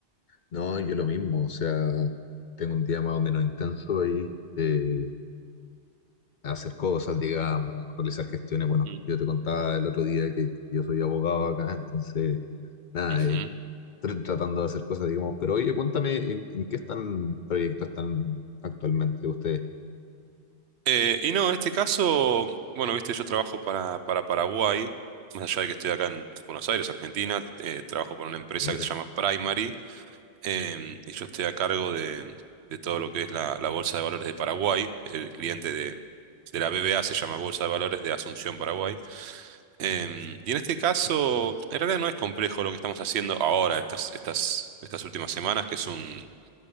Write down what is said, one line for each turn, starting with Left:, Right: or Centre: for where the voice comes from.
Left: No, yo lo mismo, o sea, tengo un día más o menos intenso ahí, eh, hacer cosas, digamos, realizar gestiones. Bueno,
Right: Mm.
Left: yo te contaba el otro día que, que yo soy abogado acá, entonces, nada,
Right: Ujú.
Left: eh, tr- tratando de hacer cosas, digamos. Pero oye, cuéntame, ¿en, en qué están proyectos están actualmente ustedes?
Right: Eh, y no, en este caso, bueno, viste, yo trabajo para, para Paraguay, más allá de que estoy acá en Buenos Aires, Argentina, eh, trabajo para una empresa
Left: Mira,
Right: que se llama Primary. em, y yo estoy a cargo de, de todo lo que es la, la Bolsa de Valores de Paraguay. El cliente de, de la BBA se llama Bolsa de Valores de Asunción, Paraguay. Em, y en este caso, en realidad no es complejo lo que estamos haciendo ahora, estas, estas, estas últimas semanas, que es un,